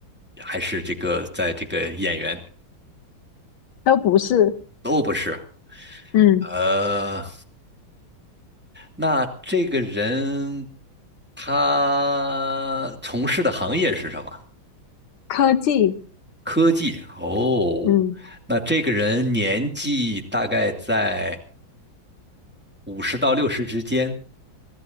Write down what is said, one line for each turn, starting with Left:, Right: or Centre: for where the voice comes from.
Centre: 还是这个在这个演员？
Left: 都不是，
Centre: 都不是。
Left: 嗯，
Centre: 呃，那这个人他从事的行业是什么？
Left: 科技，
Centre: 科技。哦，
Left: 嗯，
Centre: 那这个人年纪大概在五十到六十之间。